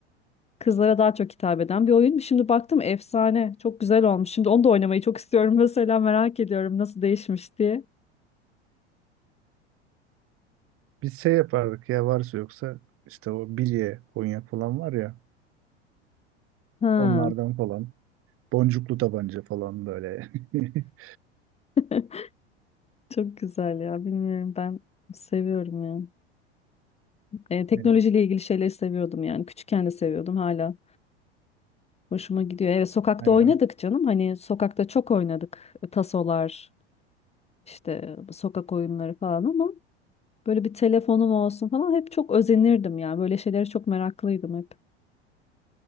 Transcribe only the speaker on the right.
Biz şey yapardık ya varsa yoksa işte o bilye, konya falan var ya
onlardan falan. Boncuklu tabanca falan böyle. <laughs>
Aynen.
Aynen.